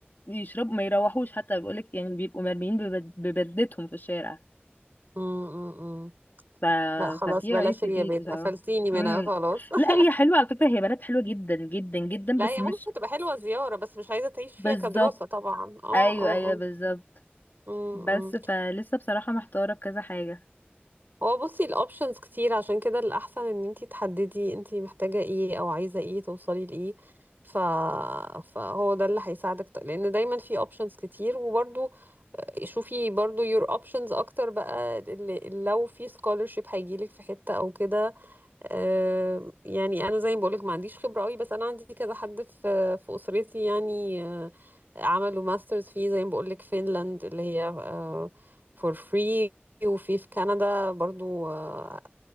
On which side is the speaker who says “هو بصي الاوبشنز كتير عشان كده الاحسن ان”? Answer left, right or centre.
Right